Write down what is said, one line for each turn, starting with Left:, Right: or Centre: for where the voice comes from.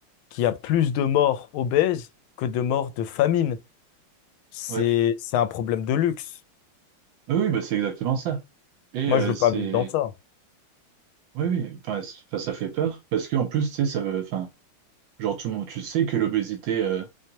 Left: qu'il y a plus de morts obèses que de morts de famine. C'est,
Right: ouais.
Left: c'est un problème de luxe.
Right: Ah Oui, bah, c'est exactement ça. Et
Left: Moi,
Right: euh,
Left: je veux
Right: c'est.
Left: pas vivre dans ça.
Right: Oui, oui, enfin, c'est- enfin, ça fait peur. Parce qu'en plus, tu sais, ça veut. Enfin, genre, tout le monde, tu sais que l'obésité, euh,